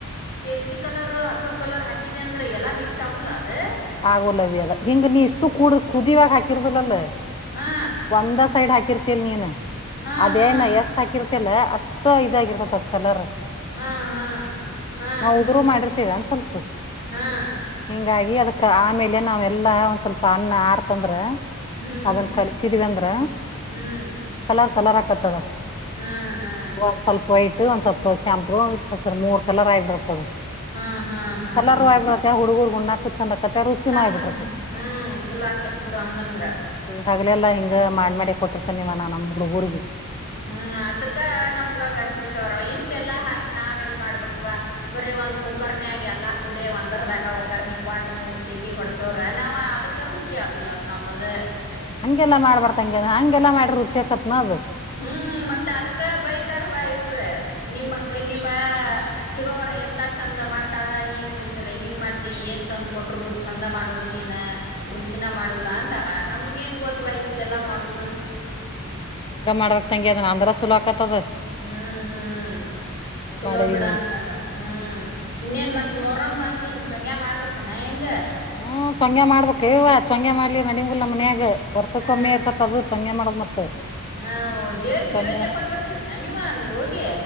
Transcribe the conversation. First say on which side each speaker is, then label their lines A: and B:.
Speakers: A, on the left; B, on the left.
A: ಕೇಸರಿ ಕಲರ್ ಹಸುರು ಕಲರ್ ಹಾಕಿದೆ ಅಂದ್ರೆ ಎಾ ಮಿಕ್ಸ್ ಆಗಲ್ಲ ಅದು
B: ಆಗೋ ಲವ್ಯ ಅದ ಹಿಂಗ ನೀ ಇಷ್ಟು ಕಡ ಕುದಿಯಿವಾಗ ಹಾಕಿರದಿಲ್ಲಲ್ಲ
A: ಹಾ
B: ಒಂದ ಸೈಡ್ ಹಾಕಿರ್ತಲ್ ನೀನ್
A: ಹಾ
B: ಅದೇನ
A: ಹಾ
B: ಎಷ್ಟ್ ಹಾಕಿರ್ತ ಲ್ಲ ಅಷ್ಟು ಇದಾಗಿರ್ತತ್ದ್ ಕಲರ್
A: ಹಾ ಹಾ ಹಾ
B: ನಾವು ಉದುರುೂ ಮಾಡಿರ್ತೇವೆ ಅಂದ ಸ್ವಲ್ಪ
A: ಹಾ
B: ಹಿಂಗಾಗಿ ಅದಕ್ ಆಮೇಲೆ ನಾವೆಲ್ಲಾ ಒಂದ್ ಸ್ವಲ್ಪ ಅನ್ನ ಆಾರ್ತಂದ್ರೆ
A: ಹ್ಮ್
B: ಅದನ್ ಕಲಸಿದೀವಿ ಅಂದ್ರ
A: ಹ್ಮ್
B: ಕಲರ್ ಕಲರ್ ಆಾಕತ್ತದ
A: ಹಾ ಹಾ
B: ಒ ಒಂದ್ ಸ್ವಲ್ಪ ವೈಟ್ ಒಂದ್ ಸ್ವಲ್ಪ ಕೆಂಪ ಒಂದಸರ್ ಮೂರ್ಕಲ್ಲ ರಾಯ್ಬ ಬಿಡತದೆ
A: ಹಾ ಹಾ ಹಾ
B: ಎಲ್ಲಾರ ಆ್ಬಿಡ ಹುಡುಗುರು ಗುಣ್ಣಕು ಚಂದ ರುಚಿ
A: ಚಂದ
B: ನ ಬಿಿಟ್ಟರತ
A: ಹ್ಮ್ ಚಲೋ ಆಕೇತ್ ಬಿಡು ಹಂಗಂದ್ರ
B: ಹಗ್ಲೆಲ್ಲಾ ಹಿಂಗ ಮಾಡಿ ಕೊಟ್ಟಿರ್ತೇ ನಿವ ನಾ ನಮ್ ಹುಡುಗರಿಗೆ
A: ಹ್ಮ್ ಅದ್ಕ್ಕ ನಮ್ಗ ಗಂಪುತವರ ಇಷ್ಟೆಲ್ಲಾ ಹಾಕಿ ನಾವೆಲ್ ಮಾಡ್ಬೇಕುುವ ಬರ ಒಂದ್ ಕುಕ್ಕರ್ನ ಆಗ ಎಲ್ಲಾ ಕೂಡ ಒಂದರ್ದಾಗ ಒಗ್ಗರ್ನ ಕಟ್ ಮೂರ್ ಸೀಟಿ ಹೊಡ್ಸೋ್ರ ನಾವ್ ಅದಕ್ಕರ್ ಪೂರ್ಚೆ ಆಗಲ್ಲ ಅದು ನಮ್ಮದು
B: ಹಂಗೆಲ್ಲಾ ಮಾಡ್ಬಾರತ ಹಂಗೆ ಹಂಗೆಲ್ಲ ಮಾಡ್ರ ರುಚಿ ಆಕತ್ನ ಅದು
A: ಹ್ಮ್ ಮತ್ತ ಅದ್ಕ ಬೈತಾರವಾ ಇವ್ರ ನಿಮ್ಮಕ್ಕ ನಿಮ್ಮ ಚಿಗೋವ್ರ ಎಂತ ಚಂದ ಮಾಡ್ತಾಳ ನೀ ನೋಡಿದ್ರೆ ಹಿಂಗ್ ಮಾಡ್ತಿ ಏನ್ ತಂದ ಕೊಟರು ಚಂದ ಮಾಡವಲ್ ನೀನ ರುಚಿನ ಮಾಡಲಾ ಅಂತಾರ ನಮ್ಗ ಏನ್ ಗೊತ್ವಾ ಇಷ್ಟೆಲ್ಲಾ ಮಾಡುದು
B: ಹ್ಮ್ ಹಿಂಗ ಮಾಡ್ಬೇಕಕ್ ತಂಗಿ ಅದ ಅಂದ್ರ ಚಲೋ ಆಕತದ
A: ಹ್ಮ್ ಹ್ಮ್ ಚಲೋ
B: ಮಾಡವಿ
A: ಬಿಡ
B: ನೀನ್
A: ಹಂಗದ್ರ ಹ್ಮ್ ಇನ್ನೇನ್ ಮತ್ ಮೊರಮ ಬಂತ ತಿನ್ ಚಂಗಯ ಮಾಡ್ಬೇಕುನಾ ಹೆಂಗ
B: ಹ್ಮ ಶಂಗ್ಯ ಮಾಡ್ಬೇಕವಯತ ಚೊಂಗೆ ಮಾಡ್ಲಿರ್ ನಡಗುಲ್ ನಮ್ಮ ಮನ್ಯಾಗ ವರ್ಷಕ್ಕ
A: ಹಾ
B: ಒಮ್ಮೆ ಇರ್ತತ್ ಅದು ಚೊಂಗೆ ಮಾಡದ್ ಮತ್
A: ಹಾ ದೇವ್ರ
B: ಚಂಗ್ಯ
A: ನೈವೇದ್ಯ ಕೊಟ್ಟ ಬರ್ತರರಿ ನ ನೀವ ಅಲ್ಲಿ ಹೋಗಿ